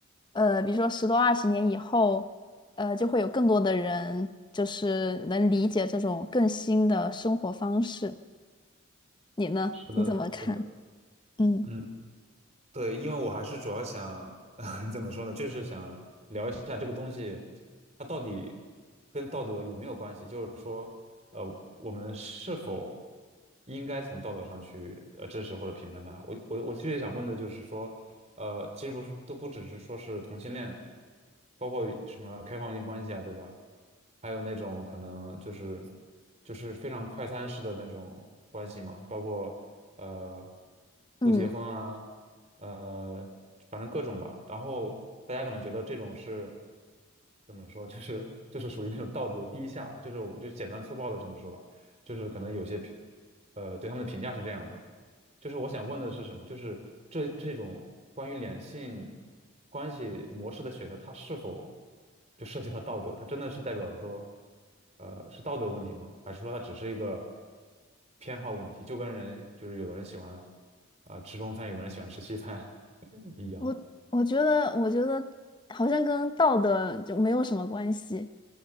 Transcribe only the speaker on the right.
是的，
是的。
嗯。对，因为我还是主要想，<laughs> 怎么说呢，就是想聊一下这个东西，它到底跟道德有没有关系？就是说，呃，我们是否应该从道德上去呃支持或者评判它？我我我其实想问的就是说，呃，其实不是都不只是说是同性恋，包括什么开放性关系啊，对吧？还有那种可能就是就是非常快餐式的那种关系嘛，包括呃
不结婚啊。呃，反正各种吧。然后大家可能觉得这种是怎么说，就是就是属于那种道德低下，就是我就简单粗暴的这么说吧，就是可能有些评，呃，对他们的评价是这样的。就是我想问的是什么？就是这这种关于两性关系模式的选择，它是否就涉及到道德？它真的是代表着说，呃，是道德问题吗？还是说它只是一个偏好问题？就跟人就是有的人喜欢啊呃吃中餐，有的人喜欢吃西餐 <laughs> 一样。